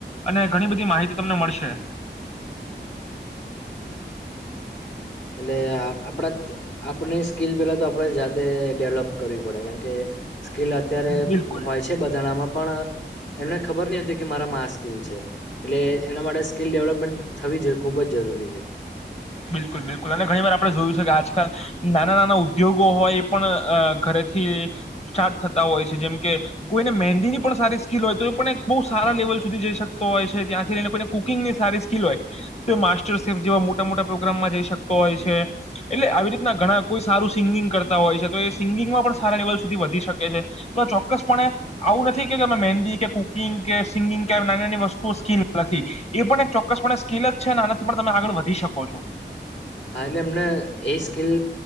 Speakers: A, on the left; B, on the left.
A: અને ઘણી બધી માહિતી તમને મળશે.
B: એટલે આપણા આપણે સ્કીલ પેલા તો આપણે જાતે ડેવલોપ કરવી પડે, કારણ કે સ્કીિલ અત્યારે
A: બિલકુલ
B: હોય છે બધા ના માં. પણ એમને ખબર નહીં હતી કે મારામાં આ સ્કીિલ છે, એટલે એના માટે સ્કીિલ ડેવલપમેન્ટ થવી જ ખૂબ જ જરૂરી છે.
A: બિલકુલ, બિલકુલ, અને ઘણી વાર આપણે જોયું છે કે આજકાલ નાના-નાના ઉદ્યોગો હોય એ પણ ઘરેથી સ્ટાર્ટ થતા હોય છે. જેમ કે કોઈને મહેંદીની પણ સારી સ્કિલ હોય તો એ પણ બહુ સારા લેવલ સુધી જઈ શકતો હોય છે. ત્યાંથી લઈને કોઈને કુકિંગની સારી સ્કિલ હોય તો એ માસ્ટર શેફ જેવા મોટા મોટા પ્રોગ્રામમાં જઈ શકતો હોય છે. એટલે આવી રીતના ઘણા કોઈ સારું સિંગિંગ કરતા હોય છે, તો એ સિંગિંગમાં પણ સારા લેવલ સુધી વધી શકે છે. તો આ ચોક્કસપણે આવું નથી કેમે મહેંદી કે કુકિંગ કે સિંગિંગ કે નાની- નાની વસ્તુઓ સ્કીિલ નથી, એ પણ એક ચોક્કસપણે સ્કીિલ જ છે, ને આનાથી પણ તમે આગળ વધી શકો. કોનું.
B: હા, એટલે એમને એ સ્કીિલ